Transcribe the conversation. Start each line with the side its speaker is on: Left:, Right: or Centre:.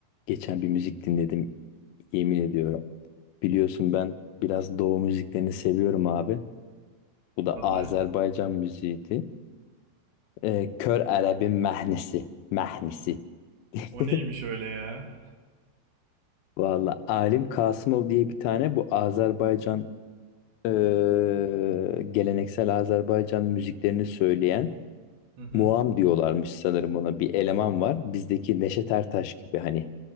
Left: Geçen bir müzik dinledim, yemin ediyorum. Biliyorsun ben biraz Doğu müziklerini seviyorum abi. Bu da
Right: Adı
Left: Azerbaycan
Right: ne?
Left: müziğiydi. Ee, Kör Arab'ın mehnesi. Mehnesi.
Right: O
Left: <laughs>
Right: neymiş öyle ya?
Left: Valla Alim Kasımov diye bir tane bu Azerbaycan eee, geleneksel Azerbaycan müziklerini söyleyen
Right: Hı hı.
Left: Muam diyorlarmış sanırım ona bir eleman var. Bizdeki Neşet Ertaş gibi hani